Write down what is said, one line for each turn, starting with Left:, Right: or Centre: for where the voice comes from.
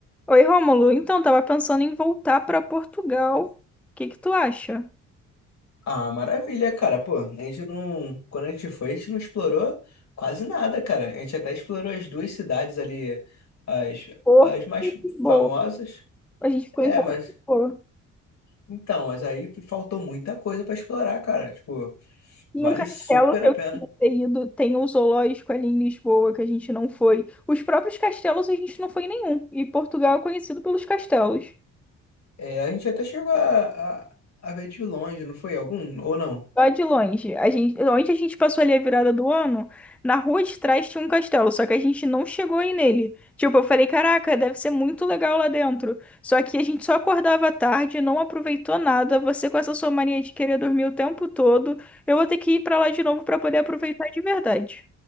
Centre: Oi, Rômulo. Então, tava pensando em voltar para Portugal. O que que tu acha?
Left: Ah, maravilha, cara. Pô, a gente não. Quando a gente foi, a gente não explorou quase nada, cara. A gente até explorou as duas cidades ali, as,
Centre: Porto
Left: as mais
Centre: e Lisboa.
Left: famosas.
Centre: A gente ficou
Left: É,
Centre: em Porto
Left: mas.
Centre: e Lisboa.
Left: Então, mas aí faltou muita coisa pra explorar, cara. Tipo,
Centre: E
Left: vale
Centre: um castelo
Left: super
Centre: que
Left: a
Centre: eu
Left: pena.
Centre: queria ter ido, tem o zoológico ali em Lisboa, que a gente não foi. Os próprios castelos a gente não foi em nenhum. E Portugal é conhecido pelos castelos.
Left: É, a gente até chegou a, a, a ver de longe, não foi algum? Ou não?
Centre: Lá de longe. A gente, onde a gente passou ali a virada do ano, na rua de trás tinha um castelo, só que a gente não chegou aí nele. Tipo, eu falei, caraca, deve ser muito legal lá dentro. Só que a gente só acordava à tarde, não aproveitou nada. Você com essa sua mania de querer dormir o tempo todo, eu vou ter que ir pra lá de novo pra poder aproveitar de verdade.